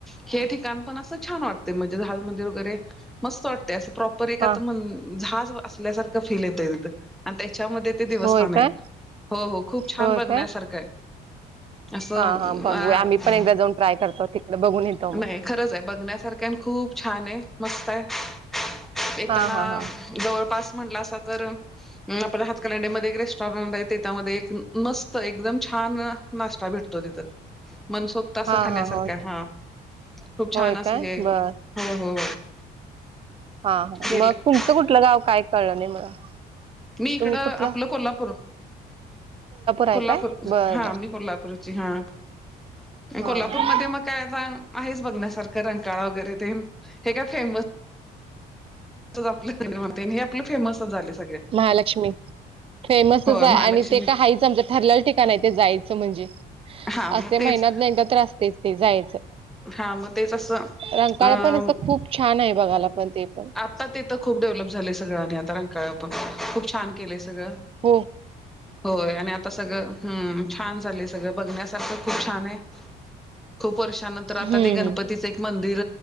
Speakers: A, in the centre; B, on the right.
A: हे ठिकाण पण असं छान वाटते म्हणजे झालमध्ये वगैरे मस्त वाटते असं प्रॉप र
B: हा
A: जहाज असल्यासारखं फील येतोय तिथ आणि त्याच्यामध्ये ते देवस्थान
B: होय
A: आहे.
B: काय
A: हो हो खूप छान
B: होय
A: बघण्यासारखं
B: काय
A: आहे. असं
B: हा हा बघू
A: अ
B: आम्ही पण एकदा जाऊन ट्राय करतो तिकडें बघून येतो मग.
A: नाही खरंच आहे बघण्यासारखं आणि खूप छान आहे मस्त आहे येताना
B: हा हा हा
A: जवळपास म्हट अस आप हातखलांद्या मध्ये एक रेस्टॉरट आहे त्याच्यामध्ये मस एकदम छान नाश्ता भेटतो तिथ मनसोक्त अस
B: हा
A: खाण्यासारख्य
B: हा होय
A: हा. खूप
B: होय
A: छान असं
B: काय
A: हे
B: बर
A: हो हो.
B: हा हा
A: गेलं
B: मग तुमचं कुठलं गाव काय कळलं नाही मला.
A: मी इकड
B: तुम्ही
A: आपलं
B: कुठलं
A: कोल्हापूर
B: आहे
A: कोल्हापूर
B: काय बर
A: हा
B: बर
A: मी कोल्हापूर हा
B: हा
A: कोल्हापूरमध्ये
B: हा.
A: मग काय आता आहेच बघण्यासारखं रंकाळा वगैरे ते हे काय फेमस आपलं म्हणता ये हे आपलं फेमसच झाले सगळे
B: महालक्ष्मी. फेमसच
A: होय
B: आहे
A: महालक्ष्मी
B: आणि ते का हयचं आमं ठरलेला ठिकाण ते जायचं म्हणजे
A: हा मग
B: असते
A: तेच
B: महिन्यात नाहीदा तर असतेच ते जायचं.
A: हा मग तेच असं
B: रंकाळ
A: अ
B: पण अस खूप छान आहे बघायला पण ते पण.
A: आता तेिथं खूप डेव्हलप झालंय सगळं आणि आता रंकाळ पण खूप छान केलंय सगळं.
B: हो
A: होय आणि आता सगळं हम्म. छान झाले सगळं बघण्यासारखं खूप छान आहे खूप वर्षानंतर आता
B: हम्म
A: ते गणपतीचे
B: हम्म
A: मंदिर